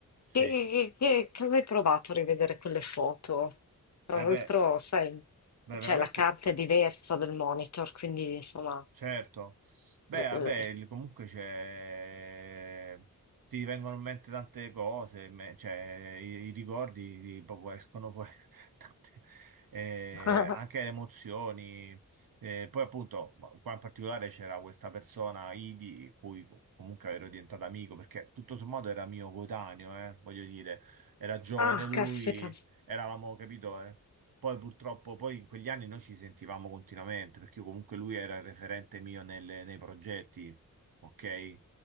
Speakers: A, on the right; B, on the left.
A: sì,
B: che, che, che avevi provato a rivedere quelle foto? Tra
A: eh
B: l'altro,
A: beh,
B: sai,
A: beh,
B: cioè,
A: veramente.
B: la carta è diversa del monitor, quindi insomma...
A: Certo, beh,
B: eh,
A: vabbè,
B: eh.
A: il- comunque c'è, ti vengono in mente tante cose, me- cioè, i, i ricordi ti- proprio escono fuori, <laughs> tante- eh,
B: <laughs>
A: anche le emozioni. Eh, poi appunto, ma- qua in particolare c'era questa persona, Idi, cui co- comunque ero diventato amico, perché tutto sommato era mio coetaneo, eh, voglio dire, era giovane
B: Ah,
A: lui,
B: caspita,
A: eravamo, capito, eh? Poi purtroppo, poi in quegli anni noi ci sentivamo continuamente, perché io comunque lui era il referente mio nelle- nei progetti, ok?